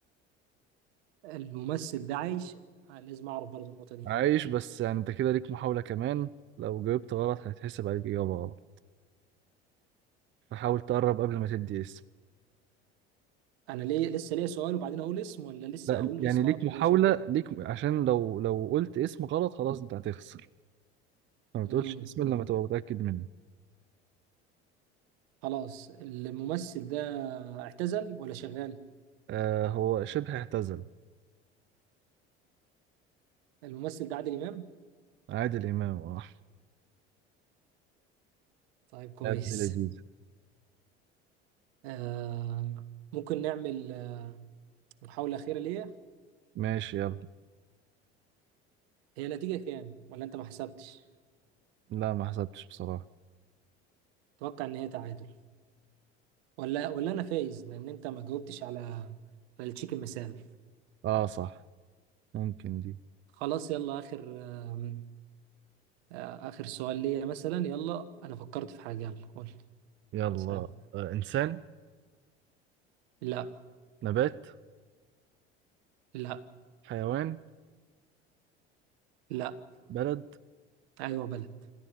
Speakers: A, on the right (about 70°); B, on the right (about 35°).
A: الممثل ده عايش آه، لازم أعرف برضه النقطة دي
B: عايش بس يعني أنت كده ليك محاولة كمان لو جاوبت غلط هيتحسب عليك إجابة غلط فحاول تقرب قبل ما تدي اسم
A: أنا ليه لسه ليا سؤال وبعدين أقول اسم ولا لسه
B: لا
A: أقول
B: يعني
A: الاسم
B: ليك
A: على طول
B: محاولة
A: مباشر
B: ليك عشان لو لو قلت اسم غلط خلاص أنت هتخسر فما
A: مم.
B: تقولش اسم إلا لما تبقى متأكد منه
A: خلاص الممثل ده اعتزل ولا شغال
B: آه هو شبه اعتزل
A: الممثل ده عادل إمام
B: عادل إمام آه
A: طيب كويس
B: يا ابن لذيذ
A: آه ممكن نعمل آه، محاولة أخيرة ليا
B: ماشي يلا
A: هي نتيجة كام ولا أنت ما حسبتش
B: لا ما حسبتش بصراحة
A: أتوقع إن هي تعادل ولا ولا أنا فايز لأن أنت ما جاوبتش على على التشيكن مثال
B: آه صح ممكن دي
A: خلاص يلا آخر آه آه، آخر سؤال ليا مثلا يلا أنا فكرت في حاجة يلا قول
B: يلا
A: سأل
B: آه إنسان
A: لا
B: نبات
A: لا
B: حيوان
A: لا
B: بلد
A: أيوه بلد